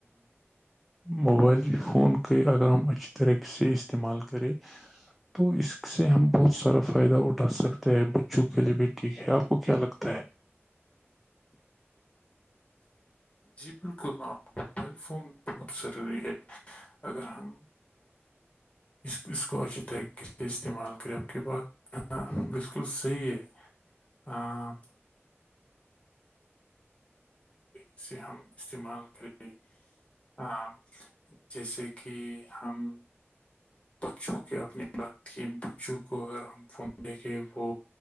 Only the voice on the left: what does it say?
جی بالکل ہاں موبائل فون بہت ضروری ہے اگر ہم اس اس کو اچھی طریقے سے استعمال کریں آپ کی بات ہاں بالکل صحیح ہے ہاں اسے ہم استعمال کریں ہ جیسے کہ ہم بچوں کے اپنے باقی بچوں کو ا ہم فون دے کے وہ